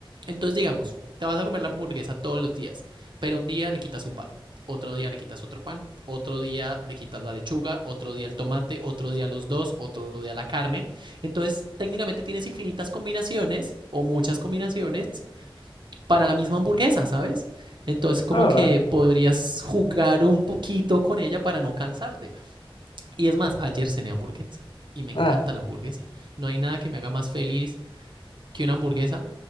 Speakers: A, on the right (about 55°); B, on the left (about 65°).
A: Entonces, digamos, te vas a comer la hamburguesa todos los días, pero un día le quitas un pan, otro día le quitas otro pan, otro día le quitas la lechuga, otro día el tomate, otro día los dos, otro día la carne. Entonces, técnicamente tienes infinitas combinaciones o muchas combinaciones para la misma hamburguesa, ¿sabes? Entonces como
B: Ah, va,
A: que
B: va.
A: podrías jugar un poquito con ella para no cansarte. Y es más, ayer cené hamburguesa y me encanta
B: Ah,
A: la hamburguesa. No hay nada que me haga más feliz que una hamburguesa